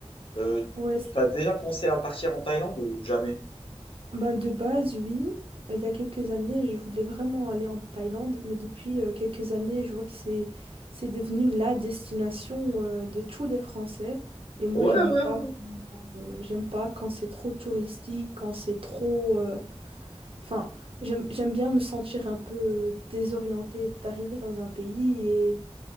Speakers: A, on the left; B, on the right.
A: Euh,
B: Ouais, c'est-
A: t'as déjà pensé à partir en Thaïlande ou jamais?
B: ben de base, oui. Euh, Il y a quelques années, je voulais vraiment aller en Thaïlande, mais depuis euh, quelques années, je vois que c'est c'est devenu la destination euh, de tous les Français. Et moi,
A: Ouais,
B: j'aime
A: ouais,
B: pas,
A: ouais.
B: euh, j'aime pas quand c'est trop touristique, quand c'est trop, euh, Enfin, j'aime, j'aime bien me sentir un peu euh, désorientée, d'arriver dans un pays et,